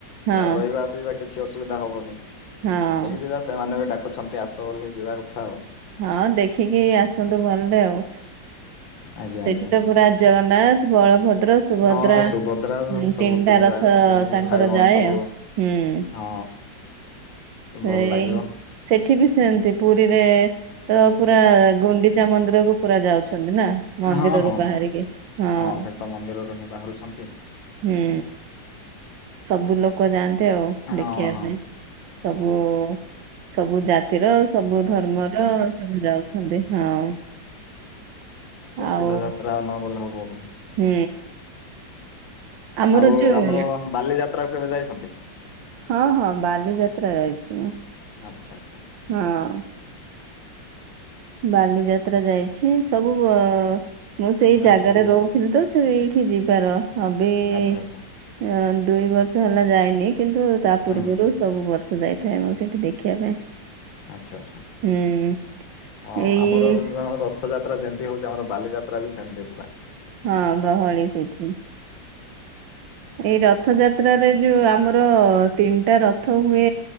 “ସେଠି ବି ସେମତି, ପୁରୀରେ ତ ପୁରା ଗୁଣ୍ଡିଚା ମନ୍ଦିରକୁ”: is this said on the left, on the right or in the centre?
Right